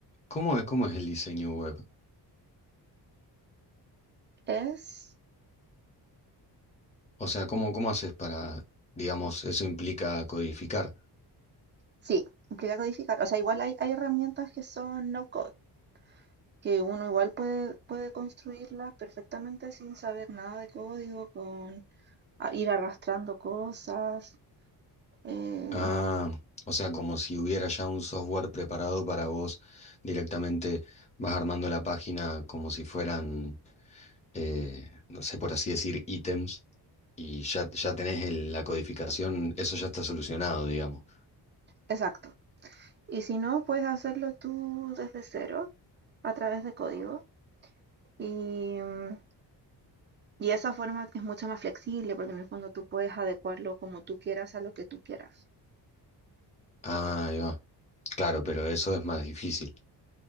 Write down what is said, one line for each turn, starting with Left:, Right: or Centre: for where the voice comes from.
Left: ¿Cómo es, cómo es el diseño web?
Right: Es...
Left: O sea, ¿cómo, cómo haces para, digamos, eso implica codificar?
Right: Sí, implica codificar. O sea, igual hay, hay herramientas que son no code, que uno igual puede, puede construirlas perfectamente sin saber nada de código, con a- ir arrastrando cosas. eh,
Left: Ah, o sea, como si hubiera ya un software preparado para vos directamente vas armando la página como si fueran, eh, no sé, por así decir, ítems y ya, ya tenés el- la codificación, eso ya está solucionado, digamos.
Right: exacto. Y si no, puedes hacerlo tú desde cero a través de código. Y, mm, y esa forma es mucho más flexible porque en el fondo tú puedes adecuarlo como tú quieras a lo que tú quieras.
Left: Ah, ahí va. Claro, pero eso es más difícil.